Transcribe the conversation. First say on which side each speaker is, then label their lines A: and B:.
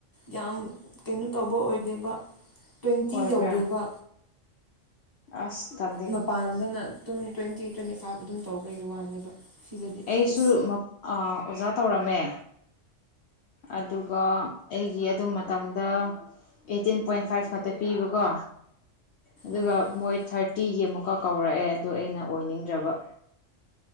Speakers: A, on the left; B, on the left.
A: ꯌꯥꯝ ꯀꯩꯅꯣ ꯇꯧꯕ ꯑꯣꯏꯗꯦꯕ ꯇ꯭ꯋꯦꯟꯇꯤ
B: ꯑꯣꯏꯕ꯭ꯔꯥ
A: ꯌꯧꯗꯦꯕ
B: ꯑꯁ ꯇꯜ
A: ꯃꯄꯥꯟꯗꯅ ꯑꯗꯨꯝ ꯇ꯭ꯋꯦꯟꯇꯤ ꯇ꯭ꯋꯦꯟꯇꯤ ꯐꯥꯏꯚ ꯑꯗꯨꯝ ꯇꯧꯕꯒꯤ ꯋꯥꯅꯦꯕ ꯁꯤꯗꯗꯤ
B: ꯑꯩꯁꯨ
A: ꯏꯁ
B: ꯑꯣꯖꯥ ꯇꯧꯔꯝꯃꯦ ꯑꯗꯨꯒ ꯑꯩꯒꯤ ꯑꯗꯨꯝ ꯃꯇꯝꯗ ꯑꯩꯠꯇꯤꯟ ꯄꯣꯏꯟ ꯐꯥꯏꯚ ꯈꯛꯇ ꯄꯤꯕ ꯀꯣ ꯑꯗꯨꯒ
A: ꯑꯣ
B: ꯃꯣꯏ ꯊꯥꯔꯇꯤꯒꯤ ꯑꯃꯨꯛꯀ ꯀꯧꯔꯛꯑꯦ ꯑꯗꯨ ꯑꯩꯅ ꯑꯣꯏꯅꯤꯡꯗ꯭ꯔꯕ